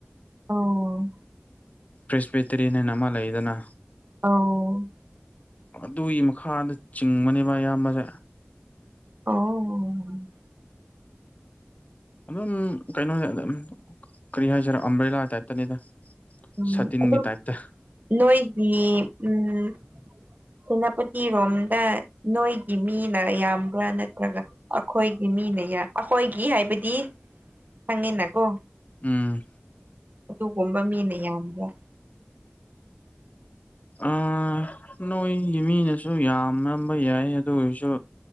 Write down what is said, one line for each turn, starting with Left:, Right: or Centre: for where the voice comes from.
Right: ꯑꯣ
Left: ꯄ꯭ꯔꯤꯁꯄꯦꯇꯔꯤꯅꯦꯟ ꯍꯥꯏꯅ ꯑꯃ ꯂꯩꯗꯅ
Right: ꯑꯧ
Left: ꯑꯗꯨꯒꯤ ꯃꯈꯥꯗ ꯆꯤꯡꯕꯅꯦꯕ ꯑꯌꯥꯝꯕꯁꯦ
Right: ꯑꯣ
Left: ꯑꯗꯨꯝ ꯀꯩꯅꯣꯅꯦ ꯑꯝ ꯀꯔꯤ ꯍꯥꯏꯁꯤꯔꯣ ꯑꯝꯕ꯭ꯔ‌ꯦꯂꯥ ꯇꯥꯏꯞꯇꯅꯤꯗ
Right: ꯎꯝ
Left: ꯁꯥꯇꯤꯟꯒꯤ
Right: ꯑꯗ‌ꯣ
Left: ꯇꯥꯏꯞꯇ
Right: ꯅꯣꯏꯒꯤ ꯎꯝ ꯁꯦꯅꯥꯄꯇꯤꯔꯣꯝꯗ ꯅꯣꯏꯒꯤ ꯃꯤꯅ ꯌꯥꯝꯕ꯭ꯔꯥ ꯅꯠꯇ꯭ꯔꯒ ꯑꯩꯈꯣꯏꯒꯤ ꯃꯤꯅ ꯌꯥꯝ ꯑꯩꯈꯣꯏꯒꯤ ꯍꯥꯏꯕꯗꯤ ꯈꯪꯉꯤꯅꯀꯣ
Left: ꯎꯝ
Right: ꯑꯗꯨꯒꯨꯝꯕ ꯃꯤꯅ ꯌꯥꯝꯕ꯭ꯔꯥ
Left: ꯑꯥ ꯅꯣꯏꯒꯤ ꯃꯤꯅꯁꯨ ꯌꯥꯝ ꯃꯝꯕ ꯌꯥꯏ ꯑꯗꯨ ꯑꯣꯏꯔꯁꯨ